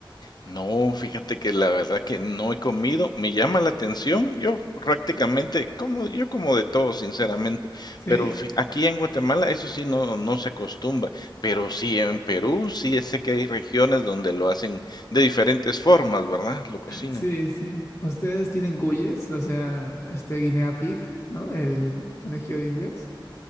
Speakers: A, on the left; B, on the left.
A: No, fíjate que la verdad que no he comido, me llama la atención, yo prácticamente, como, yo como de todo, sinceramente,
B: Sí,
A: pero fi- aquí en Guatemala eso sí no, no se acostumbra, pero sí en Perú sí sé que hay regiones donde lo hacen de diferentes formas, ¿verdad? Lo cocinan.
B: sí, sí. ¿Ustedes tienen cuyes? O sea, este guinea pig, ¿no? El conejillo de Indias.